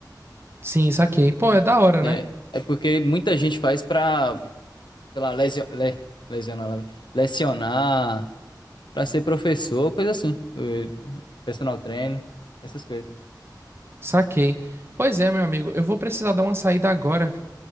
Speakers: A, on the right; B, on the left.
A: Sim, saquei. Pô, é da hora,
B: né?
A: né?
B: É porque muita gente faz pra, sei lá, lesio- le- lesionar, lá vem. lecionar, pra ser professor, coisa assim. eh, Personal trainer, essas coisas.
A: Saquei. Pois é, meu amigo. Eu vou precisar dar uma saída agora,